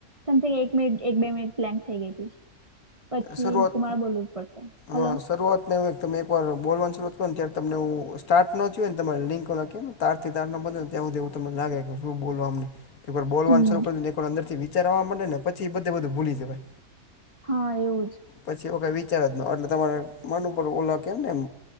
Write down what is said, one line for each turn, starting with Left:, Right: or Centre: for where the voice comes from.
Right: સમિંગ એક મિનિટ એક બે મિનિટ પ્લા થઈ ગઈ હતી. પછી
Left: સર્વાત,
Right: મારે બોલવું જ પડશે હલો
Left: હા સર્વાત તમે એક વાર બોલવાનું શત ને ત્યારે તમનેું સ્ટાર્ટ નો હોયને લિંકો ઓ લખી ને. તારથી તાર ન બને ને ત્યાં સુધી એવુ તમને લાગે કે શું બોલ આમને. એકવાર બોલવાનું
Right: હમ
Left: શરૂ કર દું ને એકવર અંદરથી વિચારવા માટેડ ને પછી બધે બધું ભૂલી જવાય.
Right: હા એવું જ.
Left: પછી એ કઈ વિચાર જ ન આ. એટલે તમારે મન પડ ઓલા કેમ ને એમ.